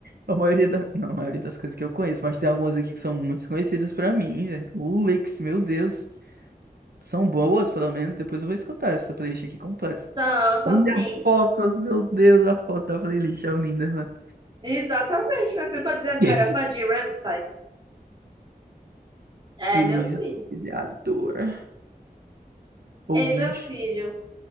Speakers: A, on the right; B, on the right.
A: A maioria da, não, a maioria das coisas que eu conheço, mas tem algumas aqui que são muito desconhecidas pra mim, velho. O Lex, meu Deus. São boas, pelo menos. Depois eu vou escutar essa playlist aqui completa.
B: São, são
A: Olha
B: sim.
A: a foto, meu Deus, a foto da playlist é linda, mano.
B: Exatamente, meu filho. Tô dizendo
A: <laughs>
B: que eu era fã de Rammstein. É,
A: E
B: meu
A: Luísa
B: filho.
A: Alves e Ardora. Ouvinte.
B: Ei, meu filho.